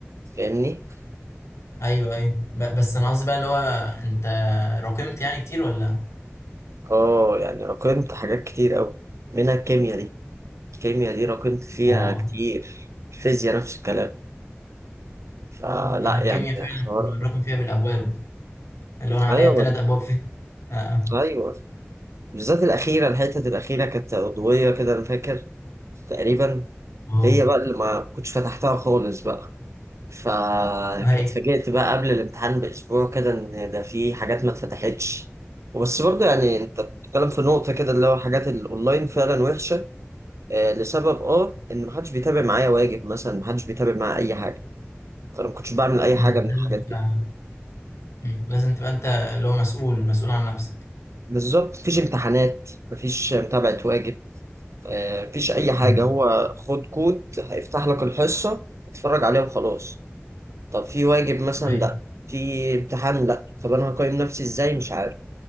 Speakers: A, on the right (about 80°); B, on the left (about 75°).
A: فاهمني؟
B: ايوه ايوه ب- بس انا قصدي بقى اللي هو انت راكمت يعني كتير ولا
A: آه يعني راكمت حاجات كتير أوي منها الكيمياء دي الكيمياء دي راكمت فيها
B: اه
A: كتير الفيزياء نفس الكلام فلا
B: انا الكيمياء
A: يعني
B: فعلا
A: حوار
B: كنا بنراكم فيها بالابواب اللي هو انا عليا
A: أيوه
B: ثلاث ابواب فيها اه
A: أيوه بالذات الأخيرة الحتة الأخيرة كانت عضوية كده أنا فاكر تقريبا
B: اه
A: هي بقى اللي ما كنتش فتحتها خالص بقى فاتفاجئت
B: <laughs> هي
A: بقى قبل الامتحان بأسبوع كده إن ده في حاجات ما اتفتحتش بس برضه يعني أنت بتتكلم في نقطة كده اللي هو حاجات الأونلاين فعلا وحشة آه لسبب أه إن محدش بيتابع معايا واجب مثلا محدش بيتابع معايا أي حاجة فأنا ما كنتش بعمل أي
B: مم.
A: حاجة من الحاجات
B: لازم تبقى
A: دي
B: مم. لازم تبقى انت اللي هو مسؤول مسؤول عن نفسك
A: بالظبط مفيش امتحانات مفيش متابعة واجب آه مفيش أي حاجة
B: مم.
A: هو خد كود هيفتح لك الحصة اتفرج عليها وخلاص طب في واجب مثلا
B: ايوه
A: لا في امتحان لا طب انا هقيم نفسي ازاي مش عارف